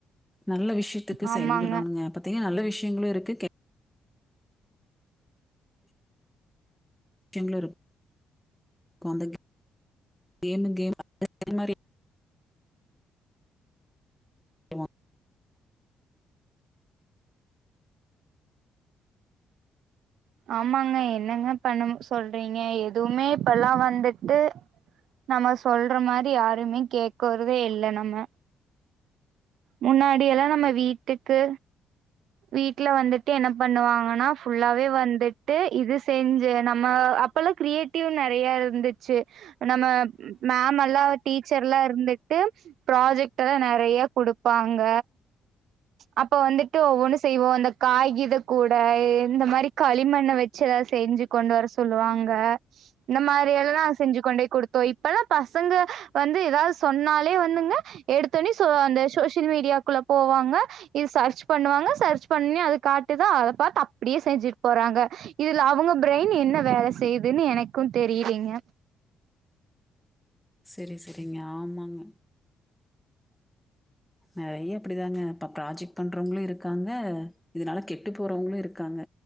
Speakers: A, in the centre; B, on the right.
A: நல்ல விஷ்ய த்துக்கு
B: ஆமாங்க
A: செயல்படுனுங்க பாத்தீங்க நல்ல விஷ்யங்களு இருக்கு கெ விஷ்யங்களு இருக்கு இந்த கேமு கேம் அது மாரி <unintelligible>
B: ஆமாங்க என்னங்க பண்ண சொல்றீங்க எதுவுமே இப்பல்லா வந்துட்டு நம்ம சொல்ற மாரி யாருமே கேக்குறதே இல்ல நம்ம முன்னாடி எல்லா நம்ம வீட்டுக்கு வீட்டுல வந்துட்டு என்ன பண்ணுவாங்கன்னா ஃபுல்லாவே வந்துட்டு இது செஞ்சு நம்ம அ ப்பல்லா கிரியேட்டிவ் நெறைய இருந்துச்சு நம்ம மேம் எல்லா டீச்சர் எல்லா இருந்துட்டு ப்ராஜெக்ட் எல்லா நெறைய குடுப் ப்பாங்க அப்ப வந்துட்டு ஒவ்வொன்னு செய்வோ அந்த காய்கீத கூட இந்த மாரி களிமண்ண வச் சி ஏதாவ்து செஞ்சு கொண்டு வர சொல்லுவாங்க. இந்த மாரி எல்லா செஞ்சு கொண்டேய் குடுத்தோ இப்பல்லா பசங்க வந்து ஏதாவ்து சொன்னாலே வந்துங்க எடுத்தோனே சோ அந்த சோசியல் மீடியாக்குள்ள போவாங்க. இது சர்ச் பண்ணுவாங்க சர்ச் பண்ணி அது காட்டுதா அத பாத்து அப்டியே செஞ்சுட் போறாங்க. இதுல அவுங்க பிரெயின் என்ன வேல செய்யுதுன்னு எனக்கு தெரியிலிங்க
A: செரி செரிங்க ஆமாங்க நெறைய அப்டிதாங்க இப்போ ப்ராஜெக்ட் பண்ணுறவங்களு இருக்காங்க. இதனால கெட்டு போறவங்களு இருக்காங்க.